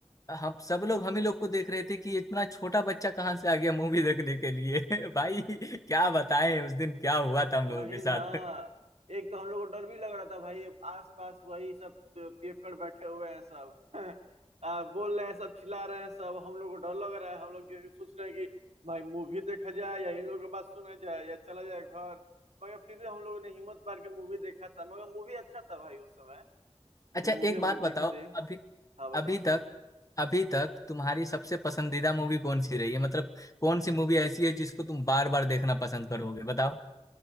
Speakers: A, on the left; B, on the right.
A: हम सब लोग हम ही लोग को देख रहे थे कि इतना छोटा बच्चा कहाँ से आ गया मूवी देखने के लिए <laughs> भाई क्या बताएं उस दिन क्या हुआ था हम
B: वही
A: लोगों के साथ
B: ना एक तो हम लोग को डर भी लग रहा था भाई आस पास वही सब पे- पियक्कड़ बैठे हुए हैं सब <laughs> आ, बोल रहे हैं सब चिल्ला रहे हैं सब हम लोग को डर लग रहा है हम लोग ये सोच रहे हैं कि भाई मूवी देखा जाए या इन लोगों की बात सुना जाए या चला जाए घर मगर फिर भी हम लोगों ने हिम्मत मार के मूवी देखा था मगर मूवी अच्छा था भाई उस समय
A: अच्छा
B: ये मूवी
A: एक
B: हम
A: बात
B: लोग देखे
A: बताओ
B: थे
A: अभी
B: हाँ बताओ
A: अभी तक अभी तक तुम्हारी सबसे पसंदीदा मूवी कौन सी रही है मतलब कौन सी मूवी ऐसी है जिसको तुम बार बार देखना पसंद करोगे बताओ